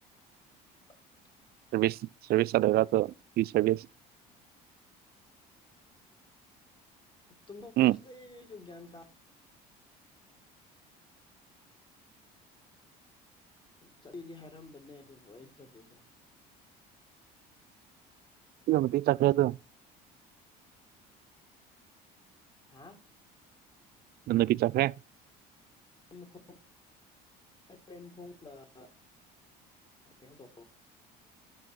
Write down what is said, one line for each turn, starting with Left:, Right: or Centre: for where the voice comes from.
Left: <unintelligible>
Right: ꯆꯕꯤꯁ ꯆ꯭ꯔꯕꯤꯁ ꯁ ꯂꯩꯒ ꯇ ꯕꯤꯁ ꯑꯣꯒꯁ
Left: ꯇꯨꯝꯕ ꯎꯈ꯭ꯔꯥꯁꯦ
Right: ꯎꯝ
Left: ꯁꯨꯒꯌꯥꯇ ꯆꯠꯂꯤꯗꯤ ꯍꯥꯏꯔꯝꯕꯅꯦ ꯑꯗꯨꯕꯨ ꯑꯩ ꯆꯠꯂꯤꯁꯦ
Right: ꯀꯃꯗꯤ ꯆꯠꯈ꯭ꯔꯦ ꯑꯗꯨꯣ
Left: ꯍꯥ
Right: ꯅꯟꯅ ꯄ ꯆꯦ
Left: ꯃꯈꯣꯡ ꯑ ꯃꯈꯣꯡꯗꯩꯅꯣ ꯇ